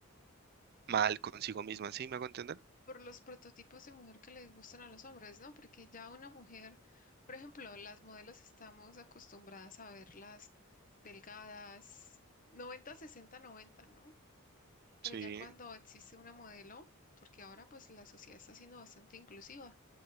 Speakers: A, on the right; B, on the left.
A: mal consigo misma, ¿sí? ¿Me hago entender?
B: por los prototipos de mujer que les gustan a los hombres, ¿no? Porque ya una mujer, por ejemplo, las modelos estamos acostumbradas a verlas delgadas, 90 60 90, ¿no? Pero
A: Sí,
B: ya cuando existe una modelo, porque ahora pues la sociedad está siendo bastante inclusiva.